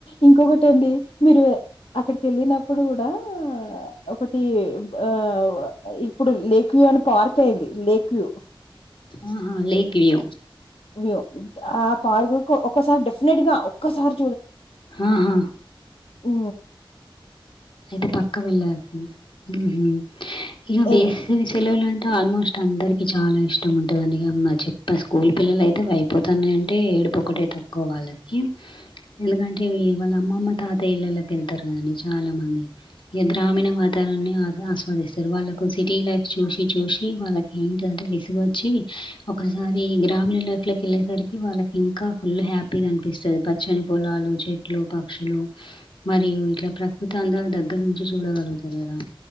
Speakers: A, on the left; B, on the left.
A: ఇంకొకటి అండి మీరు అక్కడికి వెళ్ళిన ఇప్పుడు కూడా ఒకటి ఆ ఇప్పుడు లేక్ యూ అని పార్క్ అయింది లేక్యూ
B: ఆహా లేక్యూ
A: వ్యూ ఆ పార్గుకు ఒకసారి డెఫినెట్ గా ఒక్కసారి
B: ఆహా
A: ఉ
B: అయితే పక్క వెళ్ళాల్సింది ఉహు ఇగ వేసవి
A: ఎన్
B: సెలవులు అంటే ఆల్మోస్ట్ అందరికి చాలా ఇష్టం ఉంటది అండి ఇగ చెప్ప స్కూల్ పిల్లలు అయితే అయిపోతన్నాయి అంటే ఏడుపు ఒక్కటి అయితే తక్కువ వాళ్ళకి ఎందుకంటే వాళ్ళ అమ్మమ్మ తాతయ్య ఇల్ళల్లోకి వెళ్తారు కదండి చాలా మంది ఈ గ్రామీణ వాతావరణన్ని ఆస్వాదిస్తారు వాళ్ళకు సిటీ లైఫ్ చూసి చూసి వాళ్ళకి ఏంటిదంటే విసుగు వచ్చి ఒకసారి గ్రామీణ లైఫ్ లో వెళ్ళేసరి వాళ్ళకి ఇంకా ఫుల్ హ్యాపీగా అనిపిస్తది పచ్చని పొలాలు చెట్లు పక్షులు మరి ఇట్ల ప్రకృతి అందాలు దగ్గర నుంచి చూడగలుగుతారు కదా